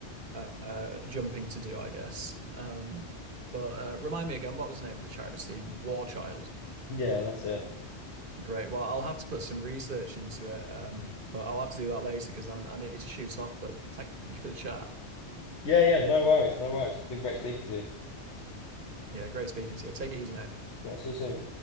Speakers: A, on the right; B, on the left.
A: uh, jumping to do, I guess. Um, but uh, remind me again, what was the name of the charity? War Child.
B: yeah, that's it.
A: Great. Well, I'll have to put some research into it, um, but I'll have to do that later because I, I need to shoot off. But thank you for the chat.
B: Yeah, yeah, no worries, no worries. It's been great speaking to you.
A: Yeah, great speaking to you. Take it easy, mate.
B: Yeah, see you soon.